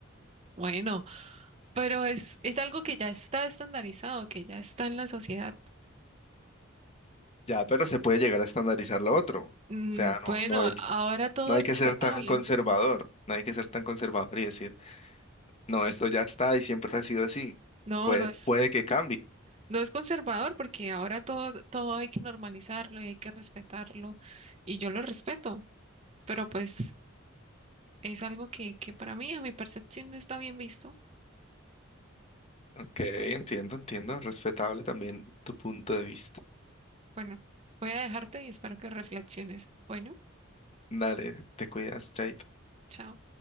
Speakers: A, on the right; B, on the left.
A: bueno, pero es, es algo que ya está estandarizado, que ya está en la sociedad.
B: Ya, pero se puede llegar a estandarizar lo otro. O
A: Mm,
B: sea, no,
A: bueno,
B: no hay, que-
A: ahora todo
B: no hay
A: es respetable.
B: que ser tan conservador, no hay que ser tan conservador y decir, no, esto ya está y siempre ha sido así.
A: No,
B: Puede,
A: no es,
B: puede que cambie.
A: no es conservador porque ahora todo, todo hay que normalizarlo y hay que respetarlo y yo lo respeto, pero pues es algo que, que para mí, a mi percepción, no está bien visto.
B: Ok, entiendo, entiendo. Respetable también tu punto de vista.
A: Bueno, voy a dejarte y espero que reflexiones. Bueno,
B: Dale, te cuidas, Chaito.
A: chao.